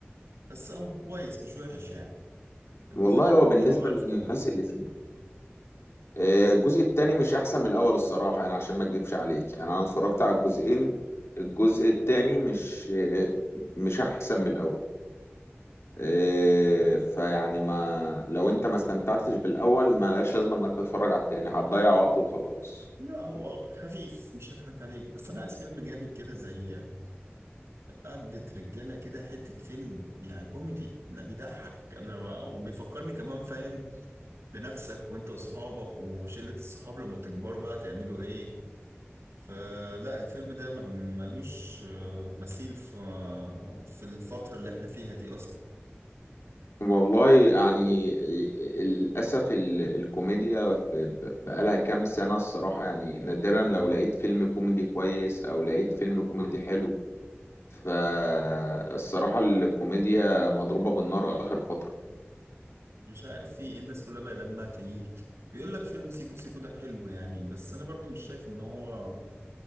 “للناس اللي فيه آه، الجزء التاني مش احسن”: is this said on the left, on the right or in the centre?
Left